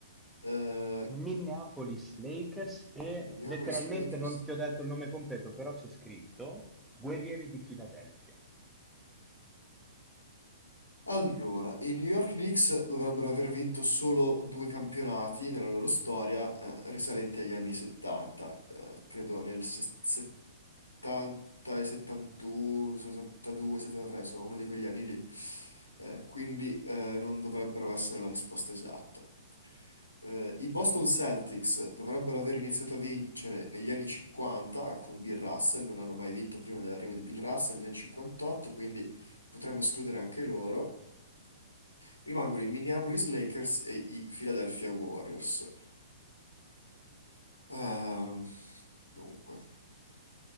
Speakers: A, on the left (about 85°); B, in the centre.
A: eh,
B: Minneapolis Lakers e
A: Minneapolis
B: letteralmente
A: Lakers.
B: non ti ho detto il nome completo, però c'è scritto Guerrieri di Filadelfia.
A: Allora, i New York Knicks dovrebbero aver vinto solo due campionati nella loro storia, eh, risalenti agli anni 70, Eh, credo nel se- 70 e 71, 72, 73, insomma, uno di quegli anni lì. Eh, quindi eh, non dovrebbero essere la risposta esatta. Eh, i Boston Celtics dovrebbero aver iniziato a vincere negli anni 50 con Bill Russell, non hanno mai vinto prima dell'arrivo di Bill Russell nel 58, quindi potremmo escludere anche loro. Rimangono i Minneapolis Lakers e i Philadelphia Warriors. Ehm, dunque.